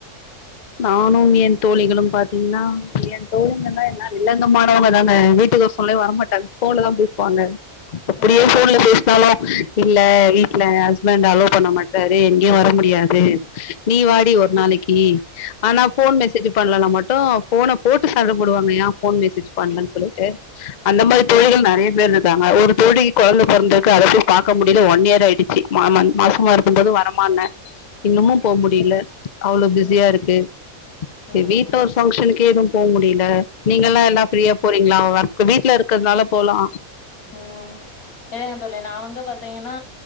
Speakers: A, on the left (about 50°); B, on the left (about 85°).
A: நானும் என் தோழிகளும் பாத்தீங்கன்னா ஏ தோழிங்க தா என்ன வில்லங்கமானவங்கதாங்க வீட்டுக்கு கொள்ளா வரமாட்டாங்க ஃபோன்ல தா பேசு ப்பாங்க அப்டியே
B: ம்
A: ஃபோன்ல பேசுனாலு இல்ல வீட்ல ஏ ஹஸ்பண்ட் அலோ பண்ண மாட்றாரு எங்கயு வர முடியாது நீ
B: ம்
A: வாடி ஒரு நாளைக் கி ஆனா
B: ம்
A: ஃபோன் மெசேஜ்ஜி பண்லனா மட்டு ஃபோன போட்டு சண்ட போடுவாங்க யா ஃபோன் மெசேஜ் பண்லன்னு சொல்லிட்டு அந்த
B: ம்
A: மாரி தோழிகள் நறைய <unintelligible> ஒரு தோழிக்கு கொழந்த பொறந்துருக்கு அத போய் பாக்க முடியல ஒன் இயர் ஆயிடுச்சு மா மன் மாசமா இருக்கும் போது வரமான்ன இன்னமு
B: ம்
A: போ முடியல அவ்ளோ பிஸியாருக்
B: ம்
A: கு
B: ம்
A: ஏ வீட்ல
B: ம்
A: ஒரு ஃபங்க்ஷனுக்கே எது போ முடியல நீங்களா எல்லா ஃப்ரீயா போறி ங்களா வர்க் வீட்ல இருக்கிறதுனால போலா
B: ம் இருங்க தோழி நா வந்து பாத்தீங்கன்னா